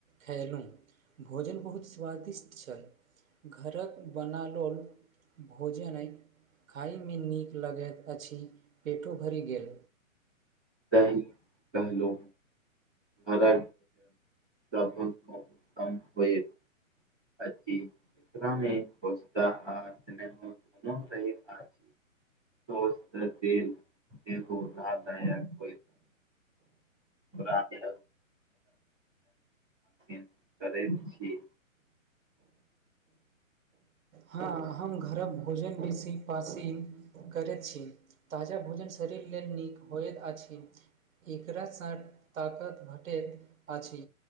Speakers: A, on the right; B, in the centre.
A: खयलहुँ भोजन बहुत स्वादिष्ट छल घरक बनाओल भोजन अछि खाइमे नीक लगैत अछि पेटो भरि गेल
B: त कहलो हरा सभल उत्तम होए <unintelligible> इरामे पसता आ हो दुन रहैत आ सस््त तेल देखो लाभदायक <unintelligible> राधे <unintelligible> करैत छी
A: हँ हम घरक भोजन बेसी पसीन करैत छी ताजा भोजन शरीर लेल नीक होइत अछि एकरासँ ताकत भेटैत अछि